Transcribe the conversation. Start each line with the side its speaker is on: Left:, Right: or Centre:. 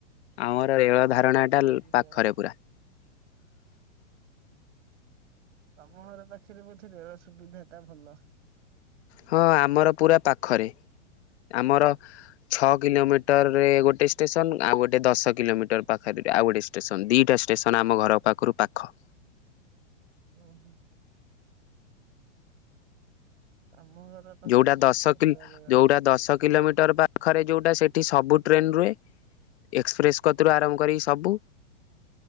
Left: ଆମର ରେଳ ଧାରଣା ଟା ପାଖରେ
Right: ରେଳ ସୁ
Left: ପୁରା। <inaudible>
Right: ତମ ଘର ପାଖରେ ବୋଧେ ରେଳ ସୁବିଧା ଟା ଭଲ!
Left: ହଁ ଆମର ପୁରା ପାଖରେ ଆମର ଛଅ କିଲୋମିଟରରେ ଗୋଟେ ଷ୍ଟେସନ ଆଉ ଗୋଟେ ଦଶ କିଲୋମିଟର ପାଖରେ ଆଉ ଗୋଟେ ଷ୍ଟେସନ, ଦିଟା ଷ୍ଟେସନ ଆମ ଘର ପାଖରୁ ପାଖ।
Right: ହୁ ହୁ। ଆମ ଘର ପାଖରୁ
Left: ଯୋଉଟା
Right: ବହୁତ
Left: ଦଶ
Right: ଦୂରରେ ଷ୍ଟେସନ
Left: ଯୋଉଟା ଦଶ କିଲୋମିଟର ପାଖରେ ଯୋଉଟା ସେଠି ସବୁ ଟ୍ରେନ୍ରୁ ଏକ୍ସପ୍ରେସ୍ କତରୁ ଆରମ୍ଭ କରିକି ସବୁ